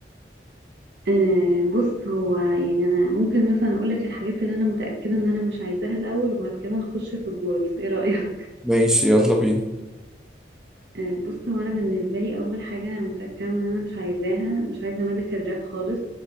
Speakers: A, on the right (about 75°); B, in the centre.
A: آه، بص هو يعني انا ممكن مثلا اقول لك الحاجات اللي انا متأكدة ان انا مش عايزاها الاول وبعد كده نخش في الجولز ايه رأيك
B: ماشي يلا بينا
A: <laughs> آه، بص هو انا بالنسبة لي اول حاجة انا متأكدة ان انا مش عايزاها مش عايزة ميديكال راب خالص